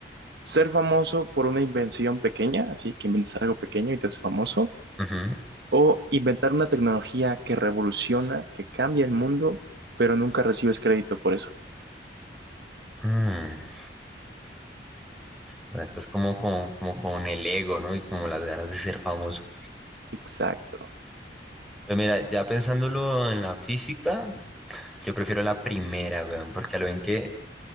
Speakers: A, on the right; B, in the centre.
A: ¿Ser famoso por una invención pequeña? Así que inventas algo pequeño y te haces famoso.
B: Ujú.
A: O inventar una tecnología que revoluciona, que cambia el mundo, pero nunca recibes crédito por eso.
B: Mm. Bueno, estás como con, como con el ego, ¿no? Y como las ganas de ser famoso.
A: Exacto.
B: Pues mira, ya pensándolo en la física, yo prefiero la primera, weón, porque a lo bien que